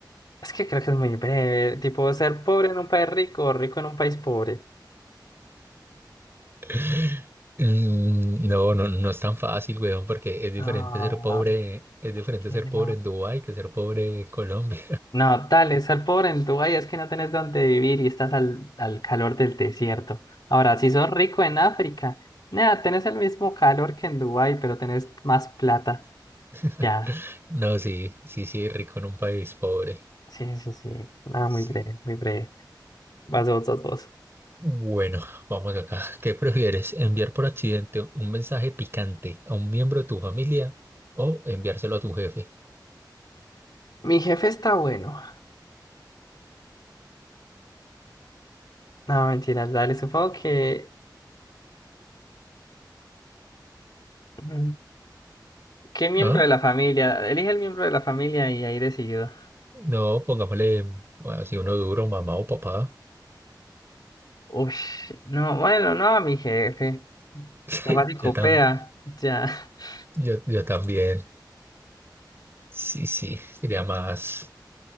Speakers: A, on the left (about 65°); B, on the right (about 30°).
A: Es que creo que es muy breve, tipo ser pobre en un país rico o rico en un país pobre.
B: <laughs> Mm, No, no, no es tan fácil, weón, porque es diferente
A: Ah,
B: ser pobre, es diferente
A: ¿qué
B: ser
A: no?
B: pobre en Dubái que ser pobre en Colombia.
A: No, dale, estar pobre en Dubái es que no tenés dónde vivir y estás al, al calor del desierto. Ahora, si sos rico en África, nada, tenés el mismo calor que en Dubái, pero tenés más plata.
B: <laughs>
A: Ya,
B: No, sí, sí, sí, rico en un país pobre.
A: sí, sí, sí. Nada,
B: Sí.
A: muy breve, muy breve. Vas vos, vas vos.
B: Bueno, vamos acá. ¿Qué prefieres? ¿Enviar por accidente un mensaje picante a un miembro de tu familia o enviárselo a tu jefe?
A: Mi jefe está bueno. No, mentiras, dale, supongo que... mm, ¿Qué miembro
B: ¿Ah?
A: de la familia? Elige el miembro de la familia y ahí decidido.
B: No, pongámosle, bueno, si uno duro, mamá o papá.
A: Uy, no, bueno, no, mi jefe.
B: <laughs>
A: Capaz y copea,
B: Yo, tam,
A: ya. <laughs>
B: yo, yo también. Sí, sí, sería más,